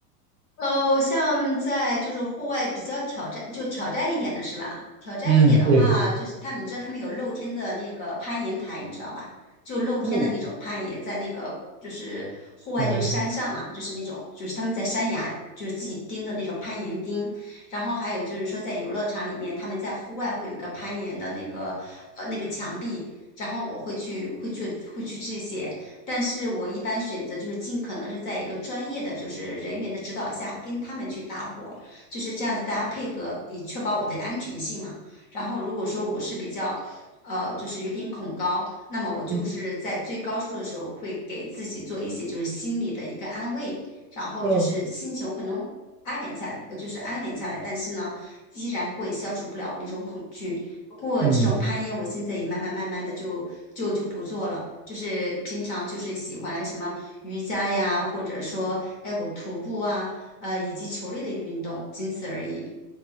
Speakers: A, on the left; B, on the right.
A: 哦，像在就是户外比较挑战，就挑战一点的是吧？挑战一点的话，
B: 嗯，对，
A: 就是他们，你知道他们有露天的那个攀岩台，你知道吧？就露天的那种攀岩，
B: 路，
A: 在那个就是户外，
B: 嗯
A: 就是山上啊，就是那种就是他们在山崖，就是自己钉的那种攀岩钉。然后还有就是说，在游乐场里面，他们在户外会有一个攀岩的那个呃那个墙壁。然后我会去会去会去这些，但是我一般选择就是尽可能是在一个专业的就是人员的指导下跟他们去搭伙，就是这样子大家配合，以确保我的安全性嘛。然后如果说我是比较。呃，就是有点恐高，那么我就是在最高处的时候，
B: 嗯
A: 会给自己做一些就是心理的一个安慰，然后就是心情会能安稳下，
B: 嗯。
A: 呃就是安稳下来，但是呢，依然会消除不了我那种恐惧。不过这种攀岩，
B: 嗯。
A: 我现在也慢慢慢慢的就就就不做了。就是平常就是喜欢什么瑜伽呀，或者说哎我徒步啊，呃以及球类的运动，仅此而已。